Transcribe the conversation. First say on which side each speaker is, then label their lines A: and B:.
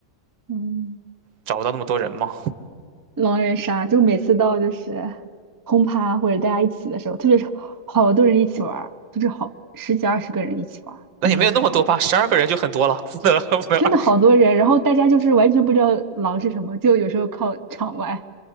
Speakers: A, on the right; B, on the right.
A: 嗯，
B: 找不到那么多人嘛。
A: 狼人杀，就每次到就是轰趴或者大家一起的时候，特别是好多人一起玩儿就是好十几二十个人一起玩儿我们有时候。
B: 那也没有那么多吧，十二个人就很多了，不能 <laughs> 不能二十。
A: 真的好多人，然后大家就是完全不知道狼是什么，就有时候靠场外，